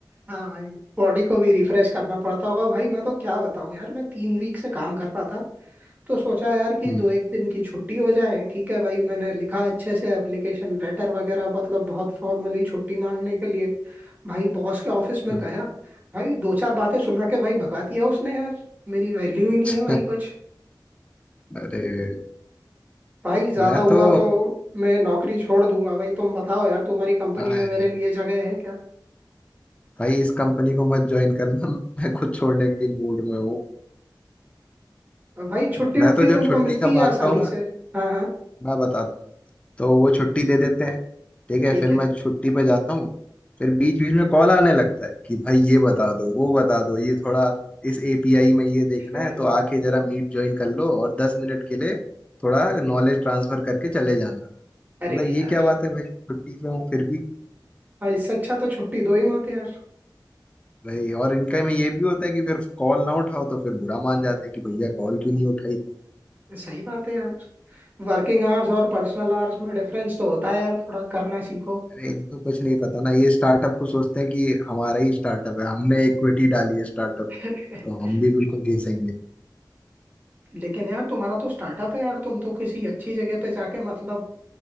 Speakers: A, on the right; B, on the left.
A: हाँ भाई बॉडी को भी रिफ्रेश करना पड़ता होगा भाई मैं तो क्या बताऊं यार मैं तीन वीक से काम कर रहा था तो सोचा यार कि
B: हम्म
A: दो एक दिन की छुट्टी हो जाए ठीक है भाई मैंने लिखा अच्छे से एप्लीकेशन लेटर वगैरह मतलब बहुत फॉर्मली छुट्टी मांगने के लिए भाई बॉस के ऑफिस में
B: हाँ।
A: गया भाई दो चार बातें सुना के भाई भगा दिया उसने यार मेरी वैल्यू ही नहीं
B: <laughs>
A: है भाई कुछ
B: अरे
A: भाई ज्यादा
B: मैं
A: हुआ
B: तो
A: तो मैं नौकरी छोड़ दूंगा भाई तुम बताओ यार तुम्हारी कंपनी
B: हाँ
A: में
B: यार
A: मेरे लिए जगह है क्या
B: भाई इस कंपनी को मत ज्वाइन करना मैं खुद छोड़ने के मूड में हूँ
A: और भाई छुट्टी
B: मैं
A: उट्टी
B: तो
A: तुमको
B: जब छुट्टी
A: मिलती
B: का मांगता
A: है आसानी
B: हूँ ना
A: से हाँ हाँ
B: मैं बताता हूँ तो वो छुट्टी दे देते हैं ठीक है
A: ठीक
B: फिर
A: है
B: मैं छुट्टी पे जाता हूँ फिर बीच बीच में कॉल आने लगता है कि भाई ये बता दो वो बता दो ये थोड़ा इस एपीआई में ये देखना
A: <laughs>
B: है तो आके जरा मीट ज्वाइन कर लो और दस मिनट के लिए थोड़ा नॉलेज ट्रांसफर करके चले जाना
A: अरे
B: मतलब
A: यार
B: ये क्या बात है भाई छुट्टी पे हूँ फिर भी
A: भाई इससे अच्छा तो छुट्टी दो ही मत यार
B: भाई और इनका में ये भी होता है कि फिर कॉल ना उठाओ तो फिर बुरा मान जाते हैं कि भैया कॉल क्यों नहीं उठाई
A: सही बात है यार वर्किंग आवर्स और पर्सनल आवर्स में डिफरेंस तो होता है यार थोड़ा करना सीखो
B: अरे इनको कुछ नहीं पता ना ये स्टार्टअप को सोचते हैं कि हमारा ही स्टार्टअप है हमने इक्विटी डाली है स्टार्टअप में
A: <laughs>
B: तो हम भी बिल्कुल घिसेंगे
A: लेकिन यार तुम्हारा तो स्टार्टअप है यार तुम तो किसी अच्छी जगह पे जाके मतलब